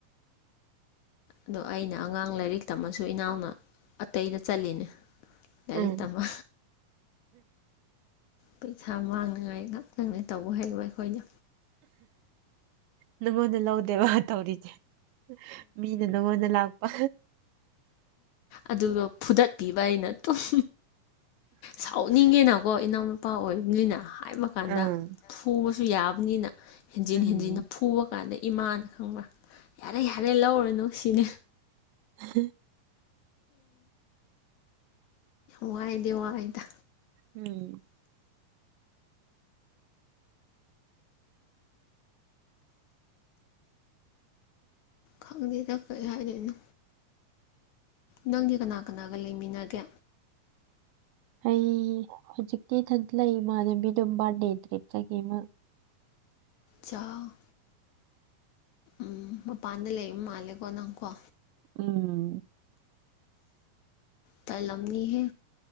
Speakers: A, on the left; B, on the right.
A: ꯑꯗꯣ ꯑꯩꯅ ꯑꯉꯥꯡ ꯂꯥꯏꯔꯤꯛ ꯇꯝꯃꯁꯨ ꯏꯅꯥꯎꯅ ꯑꯇꯩꯗ ꯆꯠꯂꯤꯅꯤ ꯂꯥꯏꯔꯤꯛ
B: ꯎꯝ
A: ꯇꯝꯕ ꯄꯩꯁꯥ ꯃꯥꯡꯅ ꯉꯥꯏ ꯉꯥꯛꯇꯅꯦ ꯇꯧꯕ ꯍꯩꯕ ꯑꯩꯈꯣꯏꯗꯨ
B: ꯅꯪꯉꯣꯟꯗ ꯂꯧꯗꯦꯕ ꯇꯧꯔꯤꯁꯦ ꯃꯤꯅ ꯅꯉꯣꯟꯗ ꯂꯥꯛꯄ
A: ꯑꯗꯨꯒ ꯐꯨꯗꯠꯄꯤꯕ ꯑꯩꯅ ꯑꯗꯨꯨꯝ ꯁꯥꯎꯅꯤꯡꯉꯦꯅ ꯀꯣ ꯏꯅꯥꯎ ꯅꯨꯄꯥ ꯑꯣꯏꯕꯅꯤꯅ ꯍꯥꯏꯕ ꯀꯥꯟꯗ
B: ꯑꯥ
A: ꯐꯨꯕꯁꯨ ꯌꯥꯕꯅꯤꯅ ꯍꯦꯟꯖꯤꯟ
B: ꯎꯝ
A: ꯍꯦꯟꯖꯤꯟꯅ ꯐꯨꯕ ꯀꯥꯟꯗ ꯏꯃꯥꯅ ꯈꯪꯕ꯭ꯔꯥ ꯌꯥꯔꯦ ꯌꯥꯔꯦ ꯂꯧꯔꯅꯨ ꯁꯤꯅꯤ
B: <unintelligible>
A: ꯋꯥꯏꯗꯤ ꯋꯥꯏꯗ
B: ꯎꯝ
A: ꯈꯪꯗꯦꯗ ꯀꯩ ꯍꯥꯏꯗꯣꯏꯅꯣ ꯅꯪꯗꯤ ꯀꯅꯥ ꯀꯅꯥꯒ ꯂꯩꯃꯤꯟꯅꯒꯦ
B: ꯑꯩ ꯍꯧꯖꯤꯛꯇꯤ ꯏꯊꯟꯇ ꯂꯩ ꯏꯃꯥꯟꯅꯕꯤꯗꯨ ꯕꯥꯔꯠꯗꯦ ꯀꯩꯀꯩ ꯆꯠꯈꯤ ꯃꯥ
A: ꯆꯥꯎ ꯎꯝ ꯃꯄꯥꯟꯗ ꯂꯩꯕ ꯃꯥꯜꯂꯦꯀꯣ ꯅꯪꯀꯣ
B: ꯎꯝ
A: ꯇꯥꯜꯂꯝꯅꯤ ꯍꯦ